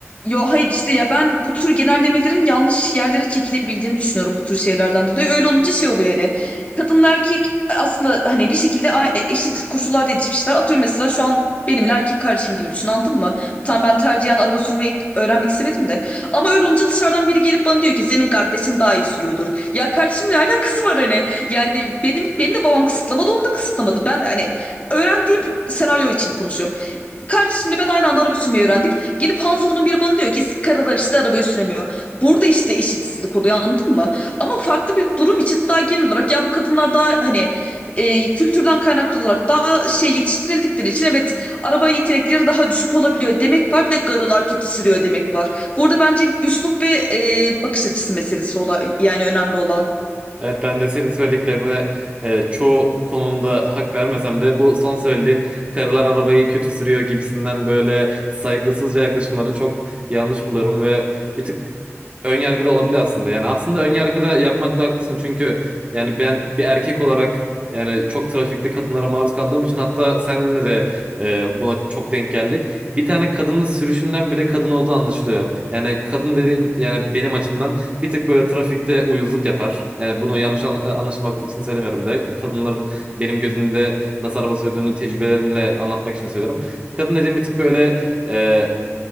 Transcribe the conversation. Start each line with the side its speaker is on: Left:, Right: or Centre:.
Left: yo hayır işte ya ben bu tür genellemelerin yanlış yerlere çekilebildiğini düşünüyorum bu tür şeylerden dolayı. Öyle olunca şey oluyor yani. Kadın erkek aslında hani bir şekilde a- e, eşit koşullarda yetişmişler. Atıyorum mesela şu an benimle erkek kardeşim gibi düşün anladın mı? Tam ben tercihen araba sürmeyi öğrenmek istemedim de. Ama öyle olunca dışarıdan biri gelip bana diyor ki senin kardeşin daha iyi sürüyordur. Ya kardeşim ne alakası var hani? Yani benim beni de babam kısıtlamadı onu da kısıtlamadı. Ben hani öğrendiğim senaryo için konuşuyorum. Kardeşimle ben aynı anda araba sürmeyi öğrendik. Gelip Hanzo'nun biri bana diyor ki karılar işte arabayı süremiyor. Burada işte eşitsizlik oluyor anladın mı? Ama farklı bir durum için daha genel olarak ya bu kadınlar daha hani e, kültürden kaynaklı olarak daha şey yetiştirildikleri için evet araba yetenekleri daha düşük olabiliyor demek var. Bir de karılar kötü sürüyor demek var. Burada bence üslup ve e, bakış açısı meselesi olay yani önemli olan.
Right: Evet ben de senin söylediklerine e, çoğu konumda hak vermesem de bu son söylediğin karılar arabayı kötü sürüyor gibisinden böyle saygısızca yaklaşımları çok yanlış buluyorum ve bir tık Önyargıda olabilir aslında. Yani aslında önyargıda yapmakta haklısın. Çünkü yani ben bir erkek olarak yani çok trafikte kadınlara maruz kaldığım için hatta seninle de e, buna çok denk geldik. Bir tane kadının sürüşünden bile kadın olduğu anlaşılıyor. Yani kadın dediğin yani benim açımdan bir tık böyle trafikte uyuzluk yapar. Yani bunu yanlış an- anlaşılmak için söylemiyorum direkt. Kadınların benim gözümde nasıl araba sürdüğünü tecrübelerimle anlatmak için söylüyorum. Kadın dediğim bir tık böyle e,